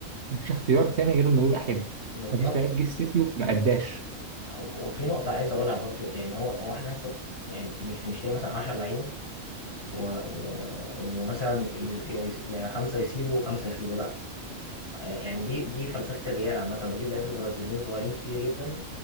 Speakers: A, on the right; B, on the left.
A: مفيش اختيار تاني غير إنه يبقى حلو
B: بالظبط
A: مفيش لعيب جه السيتي وما أداش
B: أو- وفي نقطة عايز اقولها برضو يعني هو هو احنا أصلاً يعني مش بنشتري مثلا 10 لعيبة و... و... ومثلا ي... ي... يا خمسة يسيبوا وخمسة يخيبوا لا آه، يعني دي دي فلسفة الريال عامة هو بيجيب لعيبة برازيليين صغيرين كتير جدا